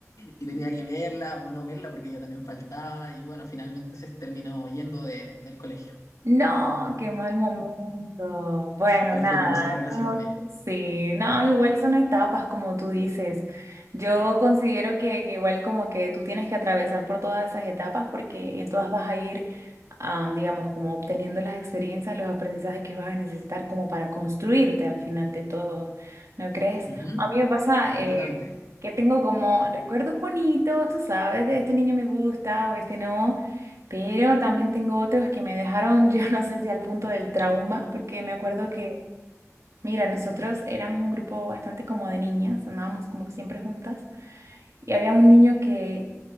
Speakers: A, on the left; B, on the right.
A: y tenía que verla o no verla porque ella también faltaba y bueno, finalmente se terminó yendo de- del colegio.
B: no, qué mal momento. Bueno,
A: Pero
B: nada,
A: fue hermosa la relación
B: como
A: con ella.
B: sí, no, igual son etapas, como tú dices. Yo considero que, que igual como que tú tienes que atravesar por todas esas etapas porque en todas vas a ir, am, digamos, como obteniendo las experiencias, los aprendizajes que vas a necesitar como para construirte al final de todo, ¿no crees?
A: Ujú,
B: A mí me pasa,
A: Completamente.
B: eh, que tengo como recuerdos bonitos, tú sabes, de este niño me gusta o este no. Pero también tengo otros que me dejaron, <laughs> yo no sé si al punto del trauma, porque me acuerdo que, mira, nosotros éramos un grupo bastante como de niñas, andábamos como que siempre juntas, y había un niño que